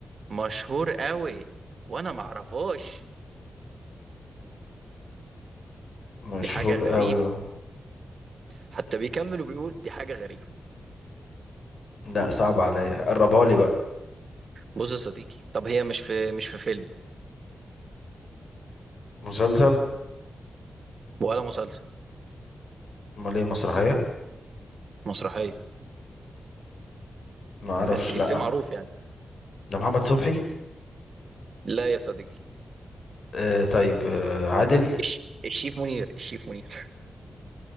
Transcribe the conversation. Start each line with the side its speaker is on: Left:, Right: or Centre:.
Right: مشهور قوي وانا ما اعرفهاش
Left: مشهور
Right: دي حاجه غريب
Left: قوي
Right: حتى بيكمل وبيقول دي حاجه غريبه
Left: لا صعب عليا قربها لي بقى
Right: بص يا صديقي طب هي مش في مش في فيلم
Left: مسلسل
Right: ولا مسلسل
Left: امال ايه مسرحيه
Right: مسرحيه
Left: ما اعرفش
Right: بس إفيه
Left: لا
Right: معروف يعني
Left: ده محمد صبحي
Right: لا يا صديقي
Left: آه طيب آه عادل
Right: الش... الشيف منير الشيف منير